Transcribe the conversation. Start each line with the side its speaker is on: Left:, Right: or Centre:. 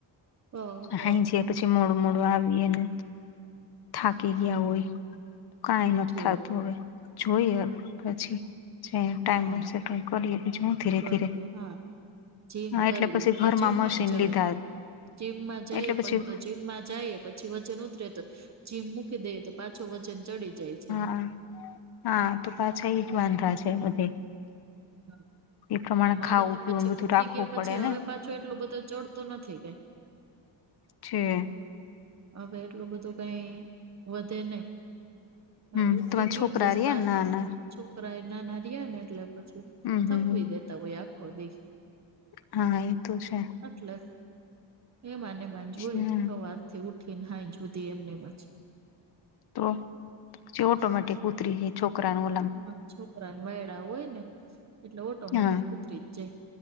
Right: હ
Left: હૈ છે પછી મોડું મોડું આવી એને. થાકી ગયા
Right: હમ
Left: હોય કાઈ કાઈ નથ
Right: ઠીક
Left: થતું હવે જોઈએ પછી. જે ટાઈમ
Right: હમ
Left: એજ સેટિંગ કરીએ બીજું હું. ધીરે
Right: બસ
Left: ધીરે
Right: હા જીમ
Left: હા
Right: કરી
Left: એટલે પછી
Right: તો
Left: ઘરમાં
Right: જીમમાં
Left: મશીન
Right: જવાય.
Left: લીધા
Right: જીમમાં જઈએ
Left: એટલે પછી
Right: પણ તો જીમમાં જઈએ પછી વજન ઉતરે તો જીમ મૂકી દઈએ તો પાછો વજન ચડી જાય છે એમ.
Left: હા, હા તો પાછા એ જ વાંધા છે બધે.
Right: હા,
Left: એ પ્રમાણે
Right: અને મારે
Left: ખાવું
Right: તો
Left: પીવું
Right: પછી
Left: બધું
Right: ઉતરી
Left: રાખવું
Right: ગયા પછી
Left: પડે ને
Right: હવે પા છું એટલું બધો ચડતો નથી કઈ.
Left: છે.
Right: હવે એટલું બધું કઈ વધે નહી.
Left: હમ
Right: અરે ઉતરી
Left: તમારા
Right: ગયો
Left: છોકરા
Right: ને દસ
Left: રહ્યા
Right: બાર
Left: ના
Right: કિ
Left: ના
Right: છો કરાં એ નાના રહ્યા ને એટલે પછી
Left: હમ
Right: થકવી
Left: હમ હમ
Right: દેતા હોય આખો દી.
Left: હા એ તો છે.
Right: એટલે એ એમાં જોય
Left: હમ
Right: હવાર થી ઉઠ થી હા જુદી એમને એમ જ.
Left: તો જે ઓટોમેટિક ઉતરી ગઈ. છોકરાનું
Right: હમ છોકરાને વાયડા હોય ને એટલે ઓટોમેટિક
Left: હા
Right: ઉતરી જ જાય